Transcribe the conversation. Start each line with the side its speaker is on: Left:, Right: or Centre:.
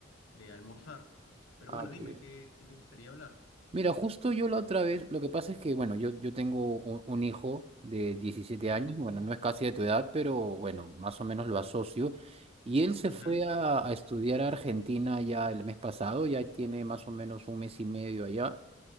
Left: de almorzar. Pero
Right: Ah,
Left: bueno,
Right: qué
Left: dime,
Right: bien.
Left: ¿qué, qué te gustaría hablar?
Right: Mira, justo yo la otra vez, lo que pasa es que, bueno, yo, yo tengo un, un hijo de diecisiete
Left: Ya.
Right: años, bueno, no es casi de tu edad, pero bueno, más o menos lo asocio. Y él se
Left: Ujú,
Right: fue a, a estudiar a Argentina ya el mes pasado, ya tiene más o menos un mes y medio allá.